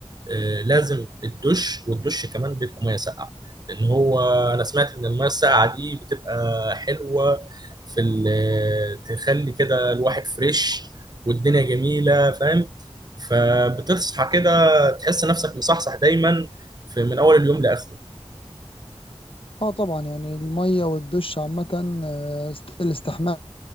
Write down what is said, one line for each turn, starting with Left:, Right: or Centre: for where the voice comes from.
Right: آه، لازم الدش والدش كمان بيبقى ميه ساقعه لان هو انا سمعت ان الميه الساقعه دي بتبقى حلوه في ال- آه، تخلي كده الواحد فريش والدنيا جميله فاهم فبتصحى كده تحس نفسك مصحصح دايما في من اول اليوم لاخره
Left: اه طبعا يعني الميه والدش عامه آه، الاستحمام